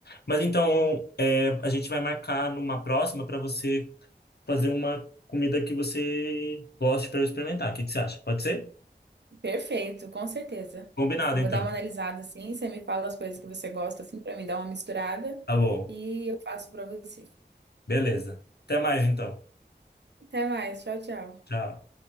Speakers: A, on the left; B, on the right.
A: Mas então, é, a gente vai marcar numa próxima para você fazer uma comida que você goste para eu experimentar. O que que você acha? Pode ser?
B: Perfeito, com certeza.
A: Combinado,
B: Eu
A: então.
B: vou dar uma analisada assim, você me fala as coisas que você gosta assim pra mim dar uma misturada
A: Tá bom.
B: e eu faço pra você.
A: Beleza. Até mais, então.
B: Até mais, tchau, tchau.
A: Tchau.